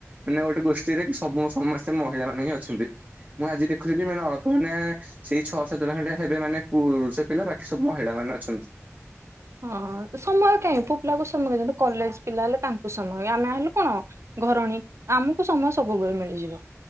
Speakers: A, on the right; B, on the right.
A: ମାନେ ଗୋଟେ ଗୋଷ୍ଠୀରେ ସବୁ ସମସ୍ତେ ମହିଳା ମାନେ ହିଁ ଅଛନ୍ତି। ମୁଁ ଆଜି ଦେଖୁଥିଲି ମାନେ ଅଳପ ମାନେ ସେଇ ଛଅ ସାତଟା ଖଣ୍ଡେ ହେବେ ମାନେ ପୁରୁଷ ପିଲା ବାକି ସବୁ ମହିଳା ମାନେ ଅଛନ୍ତି।
B: ହଁ ସମୟ କାହିଁ? ପୁଅ ପିଲାଙ୍କୁ ସମୟ ଯଦି କଲେଜ ପିଲା ହେଲେ ତାଙ୍କୁ ସମୟ। ଆମେ ହେଲୁ କଣ ଘରଣୀ, ଆମକୁ ସମୟ ସବୁବେଳେ ମିଳିଯିବ।